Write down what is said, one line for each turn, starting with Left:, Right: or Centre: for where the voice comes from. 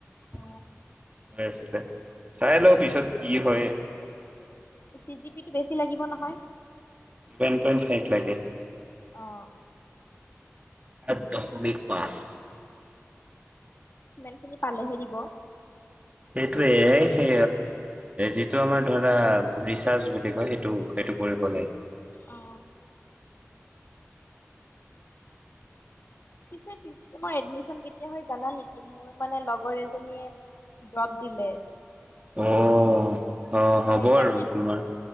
Left: অ
Right: কৈ আছিলে চাই লও পিছত কি হয়
Left: চি জি পি টো বেছি লাগিব নহয়
Right: ছেভেন পইণ্ট ফাইভ লাগে
Left: অ
Right: সাত দশমিক পাঁচ
Left: সিমান খিনি পালেহে দিব
Right: সেইটোৱে হে যিটো আমাৰ ধৰা ৰিচাৰ্চ বুলি কয় সেইটো সেইটো কৰিব লাগে
Left: অ পিছে ফিপ চেমৰ এডমিছন কেতিয়া হয় জানা নেকি মোৰ মানে লগৰ এজনিয়ে ড্ৰপ দিলে
Right: অহ অ হ'ব
Left: তাই
Right: আৰু
Left: মানে
Right: তোমাৰ